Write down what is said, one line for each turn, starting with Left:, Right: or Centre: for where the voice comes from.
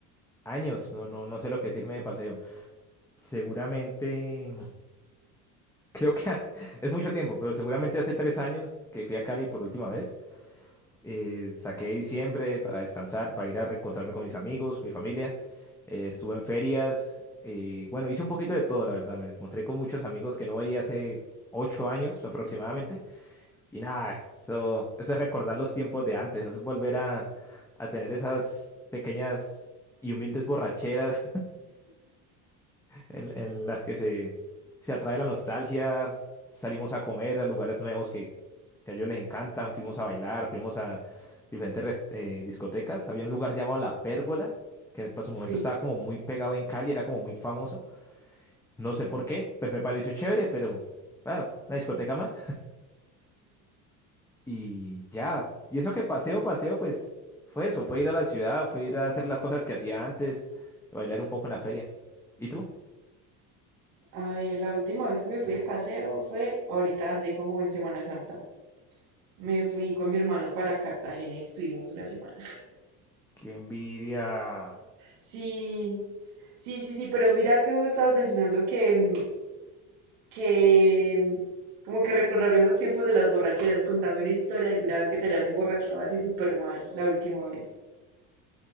Centre: años, no, no, no sé lo que decirme de paseo. Seguramente, creo que <laughs> es mucho tiempo, pero seguramente hace tres años que fui a Cali por última vez. Eh, saqué diciembre para descansar, para ir a reencontrarme con mis amigos, mi familia. Eh, estuve en ferias. eh, bueno, hice un poquito de todo, la verdad. Me encontré con muchos amigos que no veía hace ocho años aproximadamente. Y nada, eso, eso es recordar los tiempos de antes. Eso es volver a, a tener esas pequeñas y humildes borracheras en, en las que se, se atrae la nostalgia, salimos a comer a lugares nuevos que, que a ellos les encantan, fuimos a bailar, fuimos a diferentes res- eh, discotecas. Había un lugar llamado La Pérgola, que para su
Right: Sí.
Centre: momento estaba como muy pegado en Cali, era como muy famoso. No sé por qué, pues me pareció chévere, pero ah, una discoteca más. Y ya, y eso que paseo, paseo, pues fue eso, fue ir a la ciudad, fue ir a hacer las cosas que hacía antes, bailar un poco en la feria. ¿Y tú?
Right: A ver, la última vez que me fui de paseo fue ahorita, hace como en Semana Santa. Me fui con mi hermano para Cartagena y estuvimos una semana. <laughs>
Centre: Qué envidia.
Right: Sí, sí, sí, sí, pero mira que vos estabas mencionando que, mm, que como que recordar viejos tiempos de las borracheras. Contame una historia de alguna vez que te hayas emborrachado así súper mal la última vez.